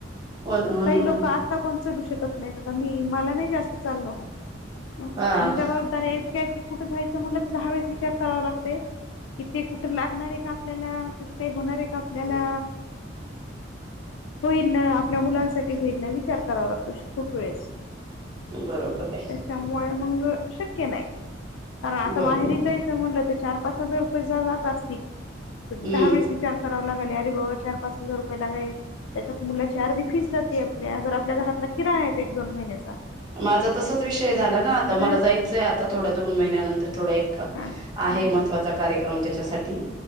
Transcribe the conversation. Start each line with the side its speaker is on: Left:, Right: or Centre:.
Right: हो ना हो ना
Left: काही
Right: हो
Left: लोक
Right: ना
Left: आता पण लू शक शत नाही आता मी मला नाही जास्त चालण होत
Right: हा
Left: आणि जबाबदारी आहेत कुठं जायचं म्हट दहावेळेस विचार करावा लागतते कि ते कुठे लागणार आहे का आपल्याला त्याच काही होणार आहे का आपल्याला होईल ना आपल्या मुलांसाठी होईल ना विचार करावा लागतो खूप वेळेस
Right: बरोबर आहे
Left: त्याच्यामुळे मंग शक्य नाही आहे कारण आता
Right: बर
Left: माहेरी जायचं म्हणलं तर चार पाच हजार रुपये जा जात असतील
Right: हम्म
Left: दहा वेळेस विचार करावा लागले अरे बाबा चार पाच हजार रुपये लागाल त्याच्यात मुची अर्धी फीस जाते आपल्या अगर आपल्या घरातला किराण आहेत एक दोन महिन्या
Right: माझा तसच विषय झाला ना आता
Left: हा
Right: मला जायचंय आता थोड्या दोन महिन्यानंतर थोडा एक
Left: हा
Right: आहे महत्त्वाचा कार्यक्रम त्याच्यासा ते